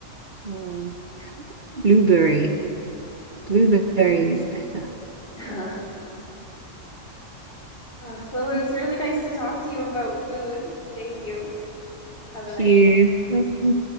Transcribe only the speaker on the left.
<laughs> Uh, well, it
was really nice to talk to you about food. Thank you. Have a nice